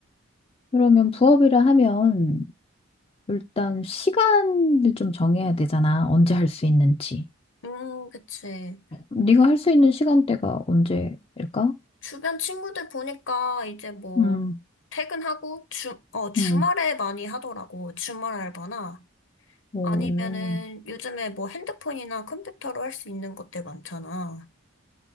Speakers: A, on the left (about 30°); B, on the left (about 65°).
A: 그러면 부업이라 하면 일단 시간을 좀 정해야 되잖아. 언제 할 수 있는지.
B: 음, 그치.
A: 네가 할 수 있는 시간대가 언제일까?
B: 주변 친구들 보니까 이제 뭐
A: 음,
B: 퇴근하고 주, 어, 주말에
A: 음,
B: 많이 하더라고. 주말 알바나.
A: 오,
B: 아니면은 요즘에 뭐 핸드폰이나 컴퓨터로 할 수 있는 것들 많잖아.